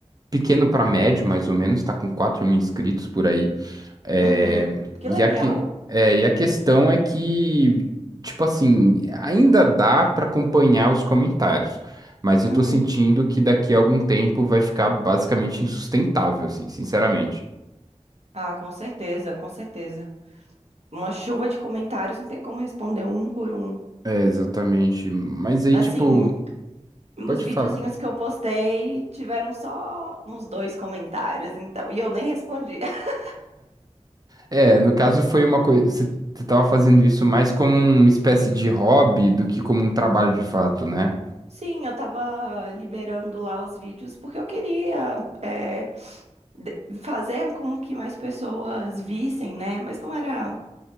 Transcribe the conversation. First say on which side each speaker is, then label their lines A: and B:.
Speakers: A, on the right; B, on the right.
A: pequeno pra médio, mais ou menos, tá com 4 mil inscritos por aí. É,
B: Uhum, que
A: e
B: legal.
A: a, que- é, e a questão é que, tipo assim, ainda dá para acompanhar os comentários, mas eu
B: Uhum.
A: tô sentindo que daqui a algum tempo vai ficar basicamente insustentável, assim, sinceramente.
B: Ah, com certeza, com certeza. Uma chuva de comentários não tem como responder um por um.
A: É, exatamente. Mas aí,
B: Assim,
A: tipo,
B: os
A: pode
B: videozinhos
A: falar.
B: que eu postei tiveram só uns dois comentários, então. E eu nem respondi. <laughs>
A: É, no caso foi uma coisa. Você você tava fazendo isso mais como uma espécie de hobby do que como um trabalho de fato, né?
B: Sim, eu tava liberando lá os vídeos porque eu queria é, de- fazer com que mais pessoas vissem, né? Mas não era.